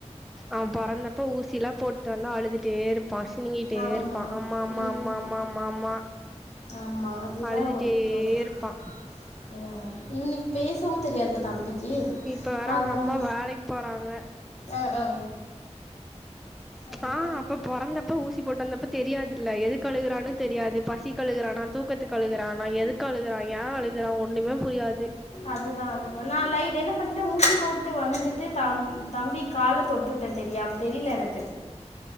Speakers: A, in the centre; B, on the left.
A: அவே பொறந்தப்ப ஊசில்லா போட்டான்னா அழுதுட் டே இருப்பா சினுங்கிட்டே
B: ஆமா
A: இருப்பா அம்மா அம்மா
B: ம்
A: அம்மா அம்மா அம்மா அம்மா
B: ஆமா அதுதா
A: அழுதுட்டே
B: ரொம்ப பாக்கனு
A: இருப்பா
B: அதா இவன்க்கு பேசவு தெரியாதுல தம்பிக்கு
A: இப்ப வேற
B: அதனால
A: அவங்க அம்மா வேலைக்கு போறாங்க
B: ஆ ஆ அதுதா
A: ஆ அப்ப பொறந்தப்ப ஊசி போட்டு வந்தப்ப தெரியாதுல்ல எதுக்கு அழுகுறான்னு தெரியாது பசிக்கு அழுகுறானா தூக்கத்துக்கு அழுகுறானா எதுக்கு அழுகுறா ஏ அழுகுறா ஒன்னுமே புரியாது
B: அதுதா அதுதா நா லைட் என்ன பண்ணட்டே ஊசி போட்டு வந்துட்டு தம் தம்பி கால தொட் டே தெரியாம தெரியல எனக்